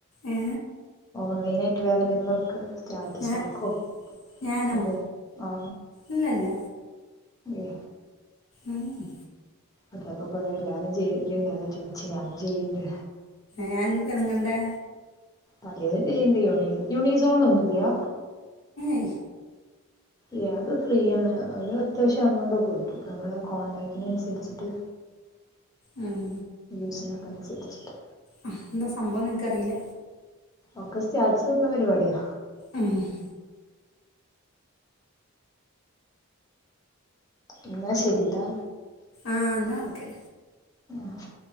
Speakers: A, on the left; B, on the left.
A: ഏ
B: ഓൺലൈനായിട്ട് വേറെ എന്തെങ്കിലും വർക്ക്. സ്റ്റാറ്റസ്
A: ഞാൻ
B: വർക്കോ
A: ഞാനോ
B: അതെ ആ.
A: ഇല്ലല്ല
B: ഏ.
A: ഉം മ്മ്.
B: അതകപ്പൊ കൊറേ എല്ലാരും ചെ ചെയ്യ് ണ്ട് അതാ ചോദിച്ച് ഞാനും ചെയ്യ്ണ്ട്.
A: ഞാൻ എതെങ്ങണ്ടെ.
B: പലതും ചെയ്യ്‌ണ്ട് യൂണി യൂണിസോണൊന്നുംയില്ല.
A: മ്മ്
B: ഏ അത് ഫ്രീയണ് ഒരു അത്യാവശ്യം എമൗണ്ട് കിട്ടും നമ്മളെ കോണ്ടാക്റ്റിന് അനുസരിച്ചിട്ട്.
A: ഉം
B: യൂസിനൊക്കെ അനുസരിച്ചിട്ട്
A: ഉം എന്താ സംഭവംന്ന് എനിക്ക്റിയില്ല.
B: ഒക്ക സ്റ്റാറ്റസ് വെക്കുന്ന പരിപാടിയാ.
A: ഉം മ്മ്.
B: ഇന്നാ ശരിട്ടാ.
A: ആഹ് എന്നാ ഓക്കെ
B: മ്മ്.